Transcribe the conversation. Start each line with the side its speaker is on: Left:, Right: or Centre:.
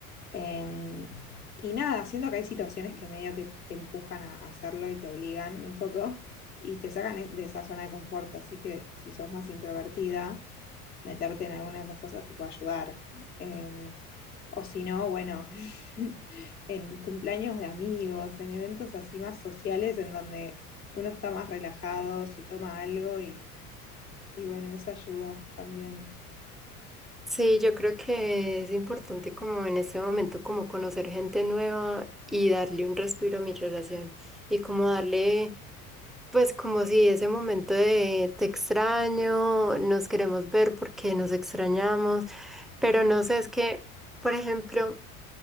Left: Em, y nada, siento que hay situaciones que medio que te empujan a a hacerlo y te obligan un poco y te sacan e- de esa zona de confort, así que si sos más introvertida meterte en alguna de esas cosas te puede ayudar. Eh, o si no, bueno, <laughs> en cumpleaños de amigos, en eventos así más sociales en donde uno está más relajado, se toma algo y, y bueno, eso ayuda también.
Centre: Sí, yo creo que es importante como en este momento como conocer gente nueva y darle un respiro a mi relación y como darle pues como si ese momento de te extraño, nos queremos ver porque nos extrañamos, pero no sé, es que por ejemplo,